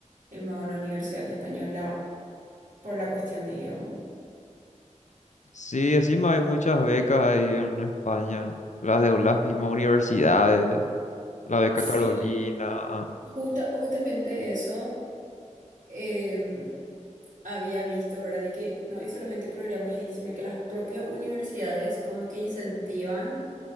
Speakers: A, on the right; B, on the left.
A: irme a una universidad española por la cuestión de idioma.
B: Sí, encima hay muchas becas ahí en España, las de las mismas universidades, la beca
A: Sí,
B: Carolina.
A: justa, justamente eso em, había visto, ¿verdad? De que no hay solamente programas ahí, sino que las propias universidades como que incentivan